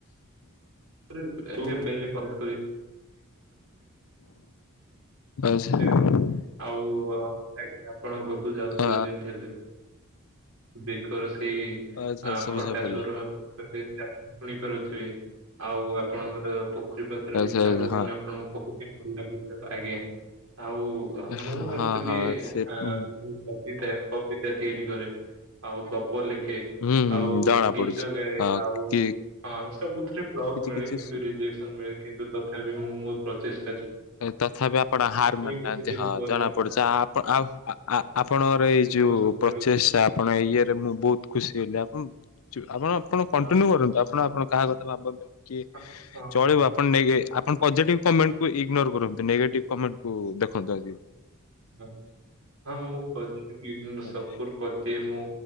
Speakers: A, on the right (about 70°); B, on the left (about 70°).
A: <unintelligible> ଅ ବ୍ଲୁଟୁଥ୍
B: ଆଚ୍ଛା
A: ଟା ଆଉ ଆ ଆଜ୍ଞା ଆପଣଙ୍କ ପାଖକୁ ଯାଉଥିବ
B: ଆଚ୍ଛା
A: ଯେମତି ହେଲେ ବେକର ସେଇ
B: ଆଚ୍ଛା
A: ଆ
B: ଆଚ୍ଛା
A: ଖଟା
B: ବୁଝା ପଡିଲା।
A: ସରୁ ଆପଣଙ୍କ ପାଖେ ଆପ ଶୁଣିପାରୁଥିବେ। ଆଉ ଆପଣଙ୍କର ପୋଖରୀ ପାଖରେ
B: ଆଚ୍ଛା
A: ମିଠା
B: ଆଚ୍ଛା,
A: ପବନ ଆପଣଙ୍କୁ ବହୁ କେ ଭଲ ଲାଗୁ ଆଜ୍ଞା ଆଉ
B: ହଁ
A: ହା ମୁଁ ଆକ୍ଚୋଲି
B: ହଁ ହଁ ସେ
A: ହା କବିତା କବିତା ତିଆରି କରେ ଆଉ ଗପ ଲେଖେ।
B: ହୁଁ
A: ଆଉ
B: ହୁଁ ଜଣା
A: ଗୀତ
B: ପଡୁଛି
A: ଗାଏ
B: ହଁ
A: ଆଉ
B: କି
A: ହଁ ସବୁଥିରେ ଫ୍ଲପ
B: କିଛି
A: ମିଳେ
B: କିଛି
A: କିନ୍ତୁ
B: ସୁ
A: ରିଜେକ୍ସନ୍ ମିଳେ କିନ୍ତୁ ତଥାପି ମୁଁ ମୋ ପ୍ରଚେଷ୍
B: ତଥାପି ଆପଣ ହାର ମାନିନାହାନ୍ତି
A: କିଛି ଦିନ
B: ହଁ
A: ପରେ
B: ଜଣା ପଡ଼ୁଛି ଆପ ଆଉ ଆ ଆପଣଙ୍କର
A: ମୁଁ
B: ଏଇ
A: ନିଜକୁ
B: ଯୋଉ
A: ସମ୍ଭାଳିବି
B: ପ୍ରଚେଷା ପଣ ଏଇ ଇଏରେ ମୁଁ ବୋଉତ୍ ଖୁସି ହେଲି ଆପଣ ଚୁ ଆପଣ ଆପଣ କଣ୍ଟିନ୍ୟୁ
A: ହଁ
B: କରନ୍ତୁ ଆପଣ ଆପଣ କାହା କଥା ଭାବନ୍ତୁ କି
A: ହଁ
B: ଚଳିବ
A: ହଁ ହଁ।
B: ଆପଣ ନେଇକି ଆପଣ ପଜେଟିଭ୍ କମେଣ୍ଟ୍ ଇଗ୍ନୋର କରନ୍ତୁ ନେଗେଟିଭ୍ କମେଣ୍ଟ କୁ ଦେଖନ୍ତୁ ଆଗେ।
A: <unintelligible> ଖଦି
B: ଆଜ୍ଞା।
A: ମୁଁ